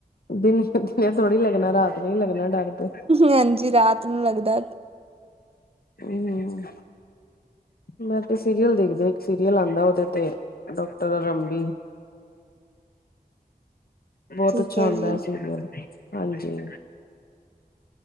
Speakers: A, on the left (about 70°); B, on the right (about 40°).
A: ਦਿਨੇ-ਦਿਨੇ ਥੋੜ੍ਹੀ ਲੱਗਣਾ, ਰਾਤ ਨੂੰ ਹੀ ਲੱਗਣਾ। ਡਰ ਤੇ
B: ਹਾਂਜੀ ਰਾਤ ਨੂੰ ਲੱਗਦਾ।
A: ਹੂੰ-ਹੂੰ। ਮੈਂ ਤੇ ਸੀਰੀਅਲ ਦੇਖਦੇ, ਇੱਕ ਸੀਰੀਅਲ ਉਹਦੇ ਤੇ ਡਾਕਟਰ ਰੰਬੀ।
B: ਠੀਕ
A: ਬਹੁਤ ਅੱਛਾ ਹੁੰਦਾ
B: ਜੀ
A: ਹੈ ਸੀਰੀਅਲ। ਹਾਂਜੀ।